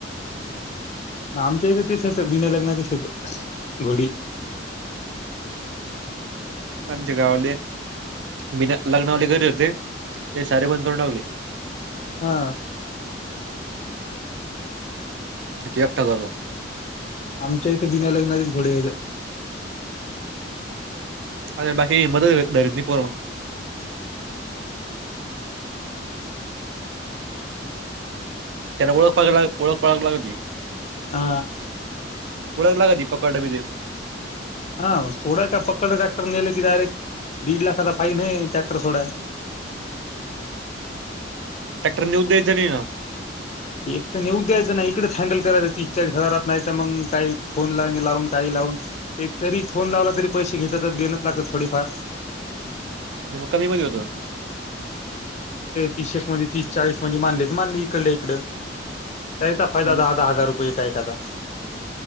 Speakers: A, on the left; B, on the right.
A: आमच्या इथ तसेच बिना लग्नाची शेत घोडी.
B: आमच्या गाववाले बिना लग्नावाले करत होते ते सारे बंद करून टावले.
A: हा.
B: तिथे एकटा करलो.
A: आमच्या इथे बिनालग्नाचेच घोडे आहेत.
B: अ बाकी मद <unintelligible> पोर. त्याला ओळख पालख लागा ओळख पालख लागा की.
A: आ
B: ळख ला का दीपक काढावी देव
A: हा सोडाय का पकड ट्रॅक्टर नले की डायरेक्ट दीड लाख फाईन ह ट्रॅक्टर सोडा य.
B: ट्रॅक्टर नेऊन द्यायचा नाही का?
A: एक तर नेऊ द्यायचं नाही इकडेच हँडल करायचं ती चाळीस हजारात नाही तर मग काही फोन ला लावून काही लावून ते तरी फोन लावला तरी पैसे घेतात देनच लागत थोडेफार.
B: नाही मग कमी होत.
A: तीशेक मध्ये तीस चाळीस मध्ये मानले तर मानले इकडलं इकडं. त्याचा फायदा
B: हम्म.
A: दहा दहा हजार रुपये काय? कदा.